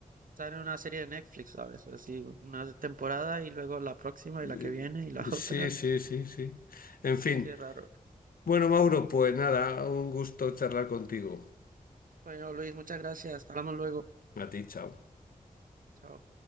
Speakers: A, on the right; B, on the left.
A: Sale una serie de Netflix a veces, así una temporada y luego la próxima
B: Eh,
A: y la que viene y la <laughs>
B: Sí,
A: otra.
B: sí, sí, sí. En fin.
A: Qué raro.
B: Bueno, Mauro, pues nada, un gusto charlar contigo.
A: Bueno, Luis, muchas gracias. Hablamos luego.
B: A ti, chao.
A: Chao.